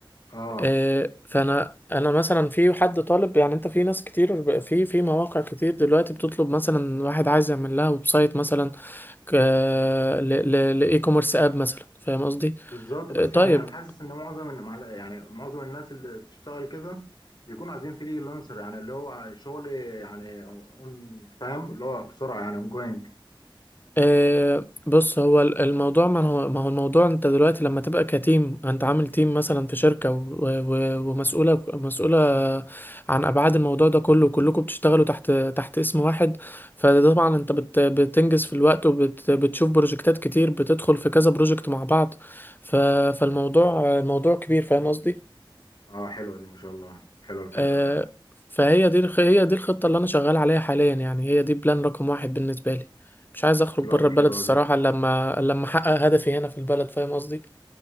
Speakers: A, on the left; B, on the left.
A: اه
B: آه، فانا انا مثلا في حد طالب يعني انت في ناس كتير ب- في في مواقع كتير دلوقتي بتطلب مثلا واحد عايز يعمل لها ويب سايت مثلا ك- ل- ل- لاي كوميرس اب مثلا فاهم قصدي
A: بالظبط بس
B: آه، طيب
A: يعني انا حاسس ان معظم الم- يعني معظم الناس اللي بتشتغل كده بيكون عايزين فريلانسر يعني اللي هو شغل يعني اون فاهم اللي هو بسرعه يعني اون جوينج
B: آه، بص هو ال- الموضوع ما هو ما هو الموضوع انت دلوقتي لما تبقى كتيم انت عامل تيم مثلا في شركة و- و- ومسؤولة مسؤولة عن ابعاد الموضوع ده كله وكلكم بتشتغلوا تحت تحت اسم واحد فطبعا انت بت بتنجز في الوقت وبتشوف بروجكتات كتير بتدخل في كذا بروجكت مع بعض ف فالموضوع الموضوع كبير فاهم قصدي
A: اه حلوه دي ما شاء الله حلوه الفكره
B: آه،
A: فعلا
B: فهي دي الخ- هي دي الخطة اللي أنا شغال عليها حاليا يعني هي دي بلان رقم واحد بالنسبة لي مش عايز أخرج
A: لا
B: بره
A: دي
B: البلد
A: حلوه
B: الصراحة
A: دي
B: إلا لما إلا لما أحقق هدفي هنا في البلد فاهم قصدي